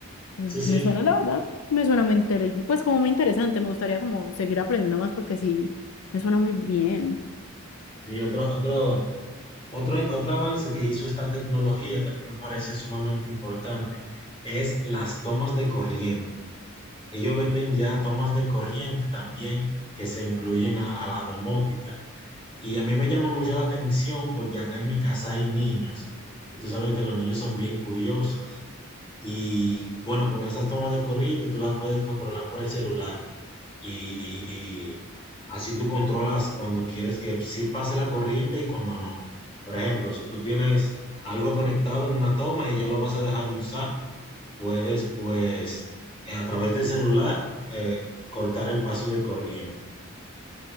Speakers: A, on the left; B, on the left.
A: Me
B: Sí, sí,
A: suena, la verdad, me suena muy interesante. Pues como muy interesante, me gustaría como seguir aprendiendo más porque sí, me suena muy bien.
B: sí, otro, otro, otro, otro avance que hizo esta tecnología que a mí me parece sumamente importante es las tomas de corriente. Ellos venden ya tomas de corriente también que se incluyen a, a la domótica. Y a mí me llama mucho la atención porque acá en mi casa hay niños y tú sabes que los niños son bien curiosos. Y bueno, con esas tomas de corriente tú las puedes controlar por el celular. Y, y- y así tú controlas cuando quieres que sí pase la corriente y cuando no. Por ejemplo, si tú tienes algo conectado en una toma y ya lo vas a dejar de usar, puedes pues eh, a través del celular eh, cortar el paso de corriente.